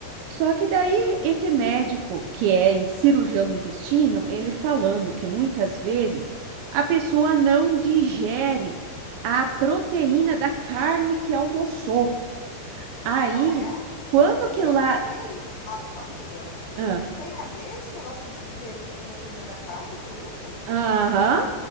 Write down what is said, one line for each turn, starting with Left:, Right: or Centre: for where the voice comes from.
Right: Só que daí esse médico, que é em- cirurgião do intestino, ele falando que muitas vezes
Left: Sim.
Right: a pessoa não digere a proteína da carne que almoçou. Aí,
Left: Ah, é?
Right: quando que
Left: Tem
Right: lá.
Left: a ver, i- a- amiga?
Right: Ah,
Left: Tem a ver esse negócio de digerir proteína da carne com isso?
Right: Aham.